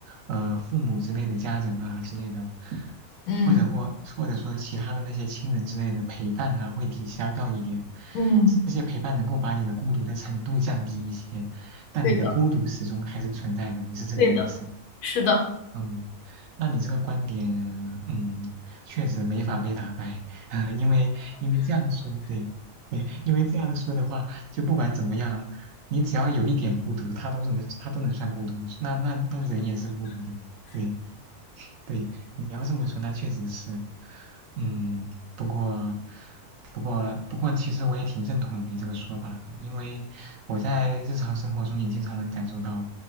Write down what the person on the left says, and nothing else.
嗯
嗯，
对的，
对的，是的，